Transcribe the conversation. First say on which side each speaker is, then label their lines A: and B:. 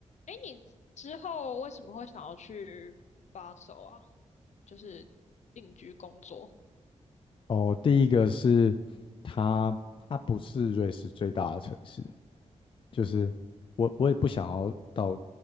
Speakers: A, on the left (about 75°); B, on the left (about 45°).
A: 哎，你之后为什么会想要去巴首啊？就是定居工作，
B: 哦，第一个是它，它不是瑞士最大的城市，就是我我也不想要到，